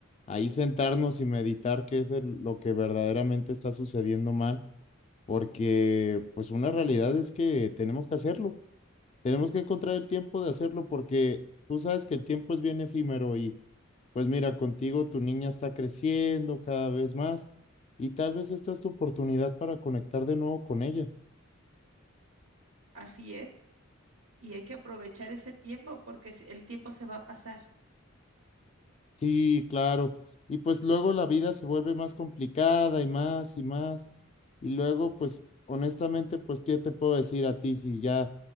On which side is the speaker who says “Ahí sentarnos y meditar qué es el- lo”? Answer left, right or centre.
Left